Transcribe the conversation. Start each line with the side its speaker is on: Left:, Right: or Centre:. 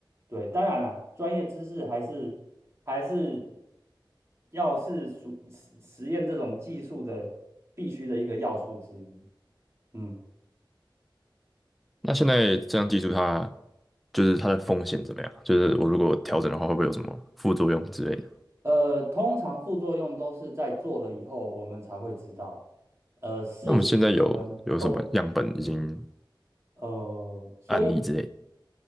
Right: 对，当然啦，专业知识还是还是要是属实实验这种技术的必须的一个要素之一。嗯，
Centre: 那现在这样技术它就是它的风险怎么样？就是我如果调整的话，会不会有什么副作用之类的？
Right: 呃，通常副作用都是在做了以后我们才会知道，呃，事情我们都
Centre: 那我们现在有有什么样本已经
Right: 呃，所以
Centre: 案例之类的？